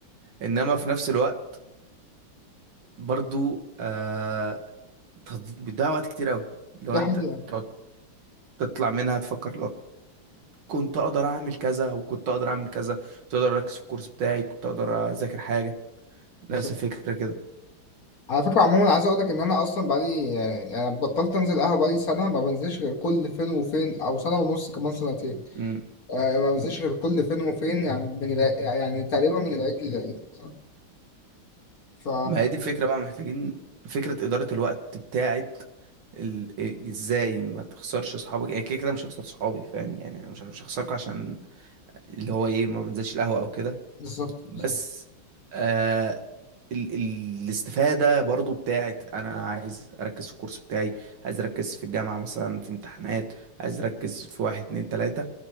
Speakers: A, on the right; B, on the left.
A: انما في نفس الوقت برضو آه تض- بيضيع وقت كتير قوي لو
B: ده
A: انت
B: حقيقة
A: تقعد تطلع منها تفكر لو كنت اقدر اعمل كذا وكنت اقدر اعمل كذا كنت اقدر اركز في الكورس بتاعي كنت اقدر اذاكر حاجه
B: بالظبط
A: نفس الفكره كده
B: على فكرة عموما عايز اقول لك ان انا اصلا بقالي يعني بطلت انزل قهوة بقالي سنة ما بنزلش غير كل فين وفين او سنة ونص كمان سنتين
A: مم.
B: آه ما بنزلش غير كل فين وفين يعني من الع- يعني تقريبا من العيد للعيد مثلا ف
A: ما هي دي الفكره بقى محتاجين فكره اداره الوقت بتاعت ال... إيه- ازاي ما تخسرش اصحابك يعني كده كده مش هخسر صحابي فاهم يعني أنا مش مش هخسركم عشان اللي هو ايه ما بنزلش القهوه او كده
B: بالظبط بالظبط
A: بس آه، ال ال الاستفادة برضو بتاعت أنا عايز أركز في الكورس بتاعي عايز أركز في الجامعة مثلا في امتحانات عايز أركز في واحد اتنين تلاتة